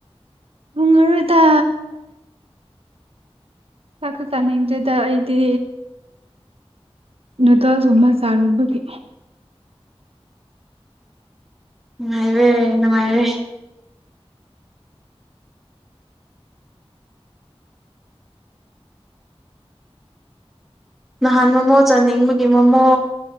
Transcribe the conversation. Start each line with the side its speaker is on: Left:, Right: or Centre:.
Right: ꯨꯊꯣꯡꯉꯔꯣꯏꯗ ꯆꯥꯛꯀ ꯆꯥꯅꯤꯡꯗꯗ ꯑꯩꯗꯤ ꯅꯨꯗꯜꯁꯀꯨꯝꯕ ꯆꯥꯔꯨꯕꯒꯤ
Centre: ꯉꯅꯨꯡꯥꯏꯔꯦ ꯅꯨꯡꯉꯥꯏꯔꯦ ꯅꯍꯥꯟ ꯃꯣꯃꯣ ꯆꯥꯅꯤꯡꯕꯒꯤ ꯃꯣꯃꯣ